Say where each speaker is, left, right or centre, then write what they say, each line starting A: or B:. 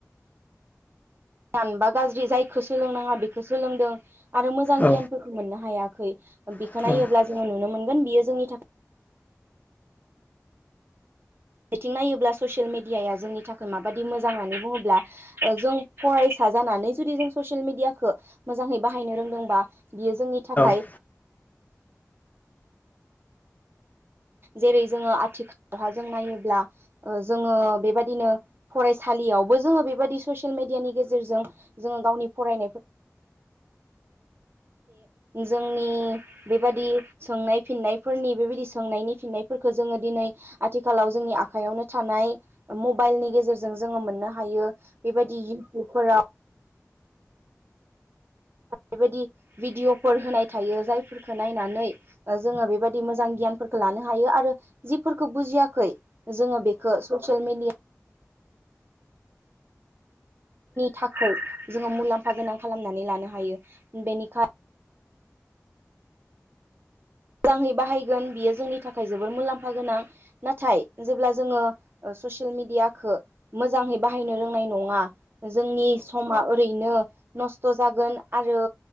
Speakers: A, on the right (about 45°); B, on the left (about 30°).
A: गियान बा गाज्रि जायखौ सोलोंनाङा बेखौ सोलोंदों आरो मोजां
B: औ
A: गियानफोरखौ मोननो हाया। बेखौ
B: औ
A: नायोब्ला जोङो नुनो मोनगोन बियो जोंनि थाखाय बिथिं नायोब्ला ससियेल मिडियाया जोंनि थाखाय माबायदि मोजां होननानै बुङोब्ला जों फरायसा जानानै जुदि जों ससियेल ममिडियाखौ मोजाङै बायनो रोंदोंबा बियो जोंनि थाखाय।
B: औ
A: जेरै जोङो आथिखालावहा जों नायोब्ला जोङो बेबदिनो फराय फरायसालियावबो जोङो बेबायदि ससियेल मिडियानि गेजेरजों जोङो गावनि फरायनायखौ जोंनि बेबायदि सोंनाय फिननायफोरनि बेबायदि सोंनायनि फिननायफोर फोरखो जोङो दिनै आथिखालाव जोंनि आखाइयावनो थानाय मबाइलनि गेजेरजों जोङो मोननो हायो। बेबायदि इउटुबफोराव। बेबायदि भिडिय'फोर होनाय थायो जायफोरखौ नायनानै जोङो बेबायदि मोजां। गियानफोरखौ लानो हायो आरो जिफोरखौ बुजियाखै जोङो बेखौ ससियेल मिडिया थाखै जोङो मुलाम्फा गोनां खालामनानै लानो हायो बेनिखाय मोजाङै बाहायगोन बियो जोंनि थाखाय जोबोर मुलाम्फा गोनां नाथाय जेब्ला जोङो। ससियेल मिडियाखौ मोजाङै बाहायनो रोंनाय नङा जोंनि समा ओरैनो नस्थ' जागोन आरो